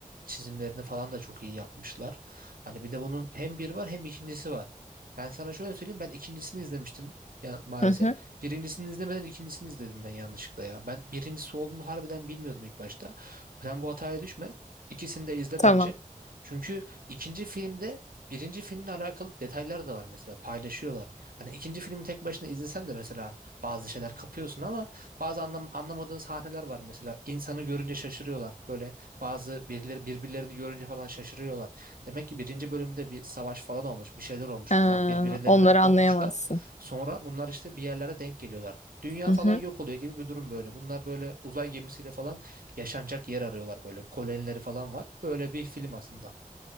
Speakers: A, on the right; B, on the left.
A: çizimlerini falan da çok iyi yapmışlar. Hani bir de bunun hem bir var hem ikincisi var. Ben sana şöyle söyleyeyim ben ikincisini izlemiştim ya, maalesef.
B: Hı hı,
A: Birincisini izlemeden ikincisini izledim ben yanlışlıkla ya. Ben birincisi olduğunu harbiden bilmiyordum ilk başta. Sen bu hataya düşme. İkisini de izle
B: tamam.
A: bence. Çünkü ikinci filmde birinci filmle alakalı detaylar da var mesela paylaşıyorlar. Hani ikinci filmi tek başına izlesen de mesela bazı şeyler kapıyorsun ama bazı anlam anlamadığın sahneler var mesela. İnsanı görünce şaşırıyorlar. Böyle bazı birileri birbirlerini görünce falan şaşırıyorlar. Demek ki birinci bölümde bir savaş falan olmuş, bir şeyler olmuş.
B: Ee,
A: Bunlar birbirlerinden
B: onları
A: kopmuşlar.
B: anlayamazsın.
A: Sonra bunlar işte bir yerlere denk geliyorlar. Dünya
B: Hı hı,
A: falan yok oluyor gibi bir durum böyle. Bunlar böyle uzay gemisiyle falan yaşanacak yer arıyorlar böyle. Kolonileri falan var. Böyle bir film aslında.